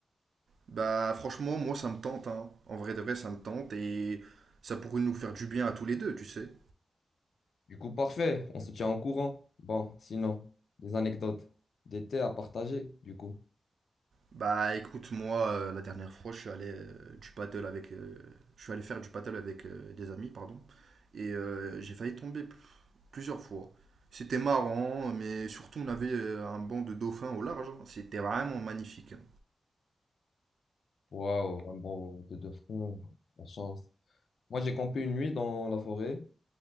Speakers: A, on the right; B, on the left.
A: Bah, franchement, moi, ça me tente, hein. En vrai de vrai, ça me tente et ça pourrait nous faire du bien à tous les deux, tu sais.
B: Du coup, parfait, on se tient en courant. Bon, sinon, des anecdotes, des thés à partager, du coup.
A: Bah écoute, moi, euh, la dernière fois, je suis allé euh, du paddle avec, euh, je suis allé faire du paddle avec euh, des amis, pardon, et euh, j'ai failli tomber pl- plusieurs fois. C'était marrant, mais surtout on avait euh, un banc de dauphins au large. hein. C'était vraiment magnifique. hein.
B: Waouh, un bon de deux fronts, la chance. Moi, j'ai campé une nuit dans la forêt